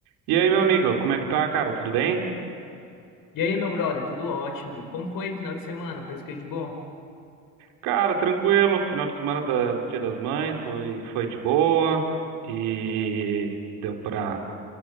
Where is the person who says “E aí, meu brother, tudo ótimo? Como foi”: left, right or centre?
Left